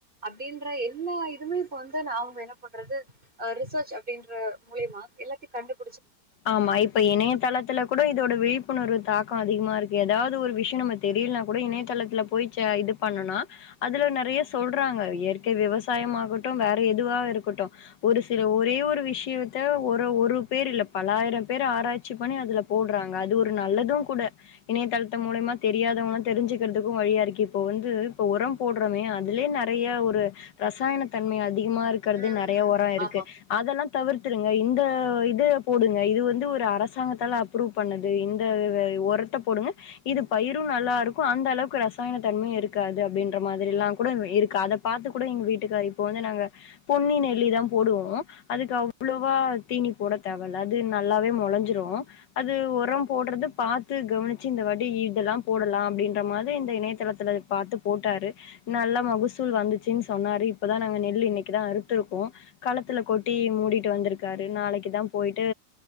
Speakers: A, on the right; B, on the left.
A: அப்படின்ற எல்லா இதுவுமே இப்ப வந்து அவங்க என்ன பண்றது ரிசர் அப்படின்ற மூலமா எல்லாத்த க
B: ஆமா இப்ப இணையதளத்துல கூட இதோட விழிப்புணர்வு தாக் க்கோ அதிகமா இருக்கு ஏதாவது ஒரு விஷயம் நம்ம தெரியலனா கூட இணையதளத்துல போய் இது பண்ணனா அதுல நிறைய சொல்றாங்க இயற்கை விவசாயமாககட்டும் வேற எது இதுவா இருக்கட்டும் ஒரு சில ஒரே ஒரு விஷயத்த ஒரு ஒரு பேர் இல்ல நெறய பேர் ஆராயி ச்சு பண்ணி அதுல போடுறாங்க அது ஒரு நல்லதும் கூட இணையதளத்த மூலியமா தெரியாதவங்காம் தெரிஞ்சுக்கிறதுக்கும் வழியா இருக்கு இப்போ வந்து இப்ப உரம் போடுறோமே அதுலயே நிறைய ஒரு ரசாயன தன்மை அதிகமா இருக்கிறது
A: ம்
B: நறைய உரம் இருக்கு
A: ஆமா
B: அதெல்லாம் தவிர்த்துருங்க இந்த இது இது வந்து ஒரு அரசாங்கத்தால அப்ரூவ் பண்ணது இந்த உரத்த போடுங்க இது பயிரும் நல்லா இருக்கும் க்கு அந்த அளவுக்கு ரசாயன தன்மையும் இருக்காது அப்படின்ற மாதிரி எல்லாம் கூட இருக்கு அதை பார்த்து கூட எங்க வீட்டுக்கரு இப்போ வந்து நாங்க பொன்னின் நெல்லிதான் போடுவோம் அதுக்கு அவ்வளோவா தீனி போட தேவல்ல அது நல் லாவே முளைஞ்சிறோம் அது ஒரு ஓரம் போடுறது பாத்து கவனிச்சு இந்த வாட்டி இதெல்லாம் போடலாம் அப்படின்ற மாரி இந்த இணையதளத்து பார்த்து போட்டாரு நல்ல மகுசூல் வந்துச்சின்ன்னு சொன்னாரு இப்பதான் நாங்க நெல் இன்னைக்கு தான் அறுத்துருக்கோம் களத்துல கொட்டி மூடிிட்டு வந்திருக்காரு நாளைக்கு தான் போயிட்டு